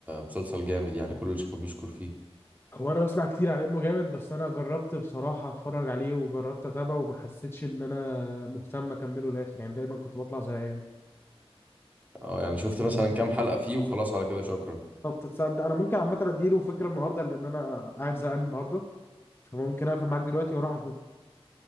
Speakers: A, on the right (about 15°); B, on the left (about 25°).
A: مسلسل جامد يعني كل اللي شافه بيشكر فيه
B: هو انا بسمع كتير على انه جامد بس انا جربت بصراحه اتفرج عليه وجربت اتابعه وما حسيتش ان انا مهتم اكمله للاخر يعني دايما كنت بطلع زهقان
A: اه يعني شفت مثلا كام حلقه فيه وخلاص على كده شكرا
B: طب تصدق انا ممكن عامه اديله فكره النهارده لان انا قاعد زهقان النهارده فممكن اقفل معاك دلوقتي واروح اشوفه